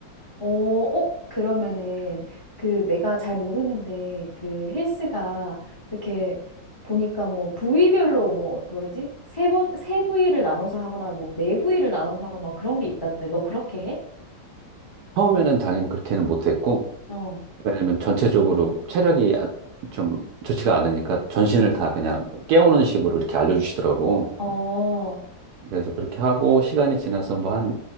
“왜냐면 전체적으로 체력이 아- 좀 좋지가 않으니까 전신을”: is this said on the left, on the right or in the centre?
Right